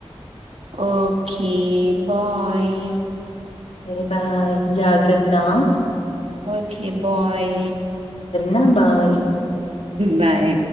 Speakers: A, on the right (about 75°); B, on the left (about 85°).
A: ఓకే బాయ్
B: సరే బాయ్ జాగ్రత్తా
A: ఓ కే బాయ్
B: నా బాయ్
A: బాయ్